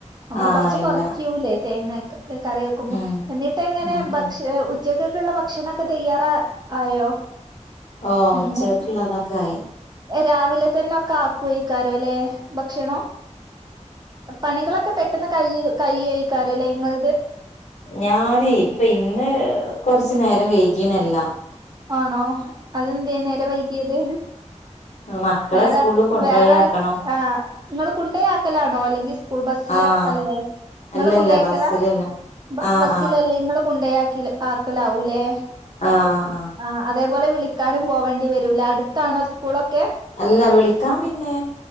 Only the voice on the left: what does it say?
ആഹ്
ഇല്ല
ഉം
ഉം ഉം
ഓ
ഉച്ചക്ക്ള്ളതൊക്കായി
ഞാനെ ഇപ്പി ഇന്ന് കൊറച്ച്നേരം വെയ്കി ജി നെല്ല
മക്കളെ
സ്കൂളിൽ കൊണ്ടോയാക്കണം
ആഹ്
അല്ലല്ല
ബസ്സിലല്ല
ആഹ്
ആഹ്
ആഹ് ആഹ്
അല്ല വിളിക്കാൻ പിന്നെ